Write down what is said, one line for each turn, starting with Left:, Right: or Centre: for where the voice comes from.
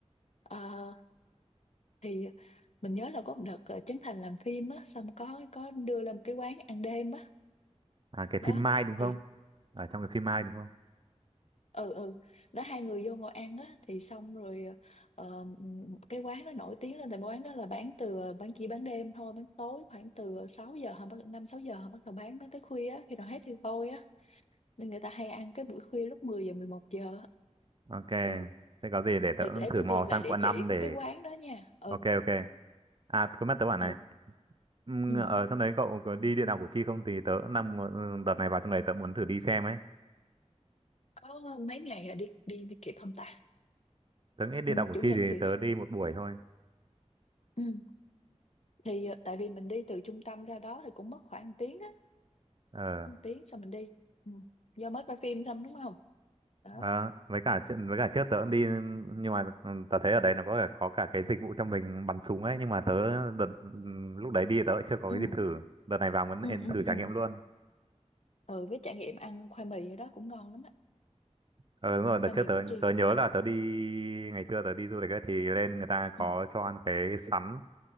Left: ờ, thì mình nhớ là có một đợt ờ, Trấn Thành làm phim á xong có có đưa lên một cái quán ăn đêm á
Right: À, cái
Left: đó
Right: phim Mai đúng không?
Left: thì
Right: Ở trong cái phim Mai đúng không?
Left: ừ ừ đó hai người vô ngồi ăn á thì xong rồi ờ, cái quán nó nổi tiếng lên tại quán đó là bán từ ờ, bán chỉ bán đêm thôi bán tối khoảng từ sáu giờ họ bắt năm sáu giờ họ bắt đầu bán bán tới khuya á khi nào hết thì thôi á nên người ta hay ăn cái buổi khuya lúc mười giờ 11 giờ á.
Right: Ok.
Left: ừ
Right: Thế có gì để tớ
Left: thì
Right: cũng
Left: để
Right: thử
Left: tôi
Right: mò
Left: tìm
Right: sang
Left: lại địa
Right: quận
Left: chỉ
Right: 5
Left: của
Right: để...
Left: cái quán đó nha ừ
Right: Ok ok. À, có mắt tớ bảo này.
Left: ừ
Right: Ừm,
Left: ừ
Right: Ở trong đấy cậu có đi địa đạo Củ Chi không? Thì tớ cũng đang mu- đợt này vào trong đấy tớ muốn thử đi xem ấy.
Left: có mấy ngày à, đi đi đi kịp không ta
Right: Tớ nghĩ địa
Left: Ừ,
Right: đạo Củ
Left: chủ
Right: Chi
Left: nhật
Right: thì
Left: thì
Right: tớ đi một buổi thôi.
Left: ừ, thì ờ, tại vì mình đi từ trung tâm ra đó thì cũng mất khoảng một tiếng á
Right: Ờ.
Left: một tiếng xong mình đi ừ. do mới coi phim xong đúng không đó
Right: ờ, với cả chuyện- với cả trước tớ cũng đi nhưng mà ừ, tớ thấy ở đấy nó có cả, có cả cái dịch vụ cho mình bắn súng ấy nhưng mà tớ đợt ừ, lúc đấy đi tớ chưa có
Left: ừ.
Right: cái dịp thử. Đợt này vào muốn
Left: Ừ, ừ,
Right: thử trải
Left: ừ.
Right: nghiệm luôn.
Left: ừ với trải nghiệm ăn khoai mì ở đó cũng ngon lắm á
Right: Ờ đúng rồi, đợt
Left: khoai
Right: trước
Left: mì
Right: tớ,
Left: Củ Chi
Right: tớ nhớ là tớ đi ngày xưa tớ đi du lịch ấy, thì lên người ta có
Left: ừ.
Right: cho ăn cái sắn